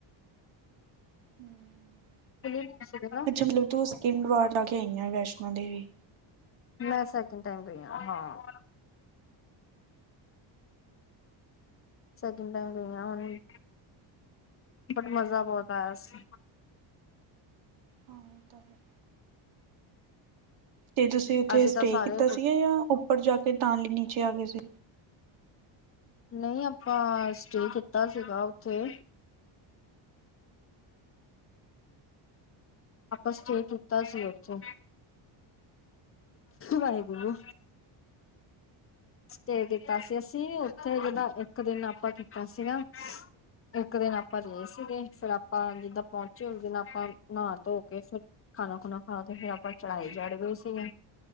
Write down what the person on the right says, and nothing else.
ਹਮ।
ਅੱਛਾ ਮਤਲਬ ਤੂੰ ਸੈਕਿੰਡ ਵਾਰ ਲਾ ਕੇ ਆਈ ਆ ਵੈਸ਼ਨੋ ਦੇਵੀ।
ਹਾਂ ਤਾਂ ਹੈ। ਤੇ ਤੁਸੀਂ ਉੱਥੇ
ਸਟੇ
ਕੀਤਾ ਸੀਗਾ ਜਾਂ ਉੱਪਰ ਜਾ ਕੇ ਦਾਨਲੀ ਨੀਚੇ ਆ ਗਏ ਸੀ?